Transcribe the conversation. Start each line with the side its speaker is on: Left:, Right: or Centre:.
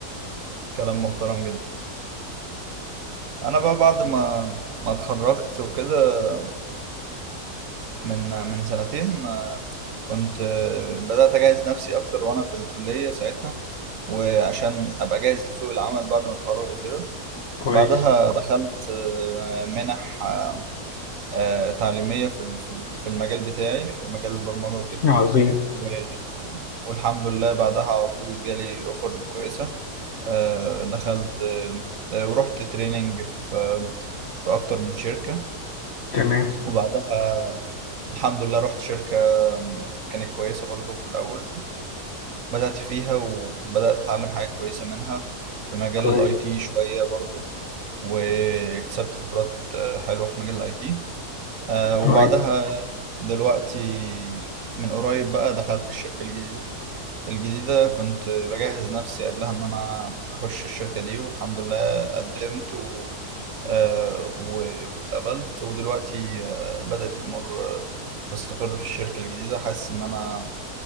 Right: كلام محترم جدا أنا بقى بعد ما ما اتخرجت وكده من من سنتين آه، كنت آه، بدأت أجهز نفسي أكتر وأنا في الكلية ساعتها وعشان أبقى جاهز لسوق العمل بعد ما أتخرج وكده
Left: كويس
Right: بعدها دخلت آه، منح آه، آه، تعليمية في ال- في ال- في المجال بتاعي في مجال البرمجة وكده
Left: عظيم
Right: و- والحمد لله بعدها على طول جالي أوفرز كويسة آه، دخلت آه، آه، ورحت تريننج في آه، في أكتر من شركة
Left: تمام
Right: وبعدها الحمد لله رحت شركة كانت كويسة برضو في الأول وبدأت فيها وبدأت أتعلم حاجات كويسة منها في مجال
Left: كويس
Right: الاي تي شوية برضو واكتسبت خبرات آه، حلوة في مجال الاي تي وبعدها
Left: كويس
Right: دلوقتي من قريب بقى دخلت الشركة الجديدة الجديدة كنت بجهز نفسي قبلها إن أنا أخش الشركة دي والحمد لله قدمت و... آه، و- واتقبلت ودلوقتي آه، بدأت الأمور آه، تستقر في الشركة الجديدة حاسس إن أنا